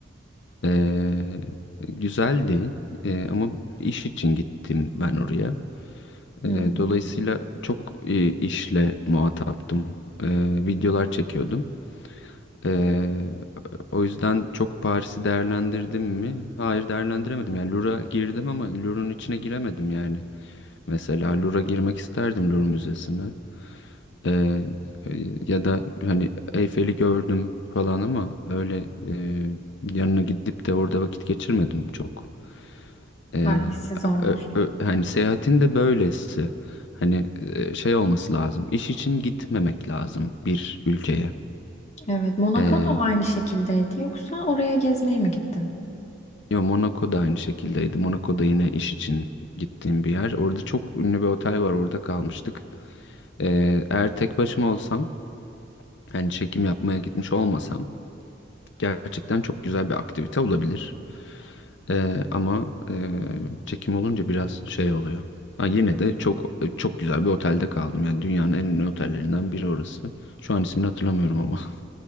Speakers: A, on the left; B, on the left.
A: Ee, güzeldi Ee, ama iş için gittim ben oraya.
B: Hmm,
A: Ee, dolayısıyla çok e, işle muhataptım. Ee, videolar çekiyordum. Ee, o yüzden çok Paris'i değerlendirdim mi? Hayır değerlendiremedim. Yani Louvre'a girdim ama Louvre'un içine giremedim yani. Mesela Louvre'a girmek isterdim Louvre Müzesi'ne. Ee, ya da hani Eyfel'i gördüm falan ama öyle e, yanına gidip de orada vakit geçirmedim çok. Ee,
B: talihsiz olmuş.
A: ö- ö- hani seyahatin de böylesi. Hani e, şey olması lazım. İş için gitmemek lazım bir ülkeye.
B: Evet, Monaco
A: Ee,
B: da mı aynı şekildeydi yoksa oraya gezmeye mi gittin?
A: yo Monaco da aynı şekildeydi. Monaco da yine iş için gittiğim bir yer. Orada çok ünlü bir otel var. Orada kalmıştık. Ee, eğer tek başıma olsam yani çekim yapmaya gitmiş olmasam gerçekten çok güzel bir aktivite olabilir. Ee, ama e, çekim olunca biraz şey oluyor. Ha, yine de çok çok güzel bir otelde kaldım. Yani dünyanın en ünlü otellerinden biri orası. Şu an ismini hatırlamıyorum ama. <laughs>